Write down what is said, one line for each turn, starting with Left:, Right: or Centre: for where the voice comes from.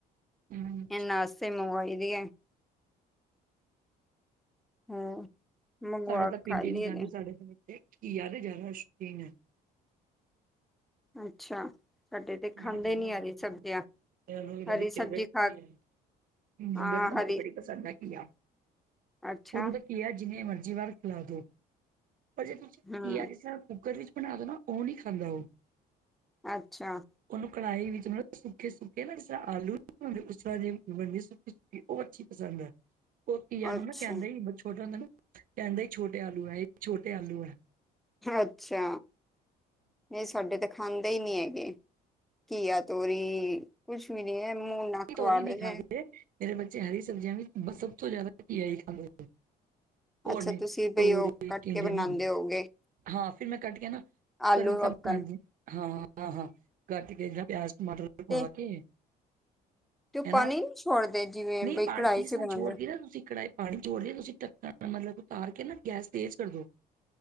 Right: ਹਮ,
Centre: ਇਹਨਾ ਵਾਸਤੇ ਤੇ ਮੰਗਵਾਈ ਦੀ ਹੈ, ਹਮ- ਮੰਗਵਾ
Right: ਸਾਡੇ ਤਾਂ
Centre: ਖਾ
Right: ਭਿੰਡੀ
Centre: ਲਈਏ
Right: ਹੀ ਨੀ ਖਾਦੇਂ, ਸਾਡੇ ਤਾਂ ਘੀਆ ਦੇ ਜ਼ਿਆਦਾ ਸ਼ੌਕੀਨ ਹੈ।
Centre: ਅੱਛਾ- ਸਾਡੇ ਤੇ ਖਾਂਦੇ
Right: ਘੀਆ ਜ਼ਿਆਦਾ
Centre: ਨੀ
Right: ਖਾਂਦੇ
Centre: ਹਰੀ ਸਬਜ਼ੀਆਂ,
Right: ਇਹਨਾਂ ਨੂੰ ਇਹਨਾਂ
Centre: ਹਰੀ
Right: ਦੀ ਫੇਵਰਟ
Centre: ਸਬਜ਼ੀ ਖਾ
Right: ਕੀ ਹੈ ਮੁੰਡੇ
Centre: ਹਾਂ
Right: ਤਾਂ
Centre: ਹਰੀ
Right: ਮੇਰੇ ਨੂੰ ਬੜੀ ਪਸੰਦ ਹੈ ਹੈਗੀ ਹਾ
Centre: ਅੱਛਾ,
Right: ਉਹਨੂੰ ਤਾਂ ਘਿਆ ਹੈ ਜਿੰਨੇ ਮਰਜ਼ੀ ਵਾਰ ਖਿਲਾ ਦੋ, ਪਰ ਜੇ ਤੁਸੀਂ ਕੀ
Centre: ਹੂੰ,
Right: ਆ ਕਿਸ ਕੁੱਕਰ ਵਿੱਚ ਬਣਾ ਦ ਨਾ, ਉਹ ਨਹੀਂ ਖਾਂਦਾ ਉਹ-
Centre: ਅੱਛਾ-
Right: ਉਹਨੂੰ ਕੜਾਹੀ ਵਿੱਚ ਮਤਲਬ, ਸੁੱਕੇ ਸੁੱਕੇ ਨਾ ਜਿਸ ਤਰ੍ਹਾਂ ਆਲੂ ਉਸ ਤਰ੍ਹਾਂ ਜੇ ਬਨਦੀ ਸੁੱਕੀ ਵੀ ਉਹ ਅੱਛੀ ਪਸੰਦ ਹੈ ੳਹ ਘੀਆ ਨੂੰ
Centre: ਅੱਛਾ,
Right: ਨਾ ਕਹਿੰਦਾ, ਛੋਟਾ ਹੁੰਦਾ ਨਾ ਕਹਿੰਦਾ ਹੀ ਛੋਟੇ ਆਲੂ ਹੈ ਇਹ ਛੋਟੇ ਆਲੂ ਹੈ
Centre: ਅੱਛਾ, ਇਹ ਸਾਡੇ ਤਾਂ ਖਾਂਦੇ ਹੀ ਨਹੀਂੀ ਹੈਗੇ ਘੀਆ ਤੋਰੀ, ਕੁਛ ਵੀ ਨੀ ਹੈ ਮੂੰਹ ਨੱਕ
Right: ਤੋਰੀ
Centre: ਵਡਦੇ
Right: ਨਹੀਂ ਖਾਂਦੇ ਮੇਰੇ ਬੱਚੇ ਹਰੀ ਸਬਜ਼ੀਆਂ ਵਿੱਚ ਬ ਸਭ ਤੋਂ ਜ਼ਿਆਦਾ ਘਿਆ ਹੀ ਖਾਂਦੇ। ਹੋਰ
Centre: ਅੱਛਾ
Right: ਨਈ
Centre: ਤੁਸੀਂ ਬਈ
Right: ਤੋਰੀ,
Centre: ਉਹ ਕੱਟ
Right: ਟੀਂਡੇ
Centre: ਕੇ ਬਣਾਉਂਦੇ
Right: ਨਹੀਂ ਖਾਂਦੇ।
Centre: ਹੋਗੇ,
Right: ਹਾਂ, ਫਿਰ ਮੈਂ ਕੱਟ ਕੇ ਨਾ,
Centre: ਆਲੂ
Right: ਘਰੋਂ ਹਾਂ
Centre: ਵੱਕਣ
Right: ਹਾਂ -ਹਾਂ, ਕੱਟ ਕੇ ਏਦਾ ਪਿਆਜ- ਟਮਟਰ ਪਾ
Centre: ਤੇ
Right: ਕੇ
Centre: ਤੇ ਉਹ
Right: ਹਨਾ!
Centre: ਪਾਣੀ ਨੀ ਛੋੜਦੇ ਜਿਵੇਂ
Right: ਨਹੀਂ
Centre: ਬਈ
Right: ਪਾਣੀ
Centre: ਕੜਾਹੀ
Right: ਜਿਸ
Centre: ਚ
Right: ਤਰ੍ਹਾਂ
Centre: ਬਣਾਉਂਦੇ,
Right: ਛੋੜਦੀ ਨਾ ਤੁਸੀਂ। ਕੜਾਏ ਪਾਣੀ ਛੋੜ ਲਿਆ ਤੁਸੀਂ ਢੱਕਣ ਮਤਲਬ ਉਤਾਰ ਕੇ ਨਾ ਗੈਸ ਤੇਜ਼ ਕਰਦੋ-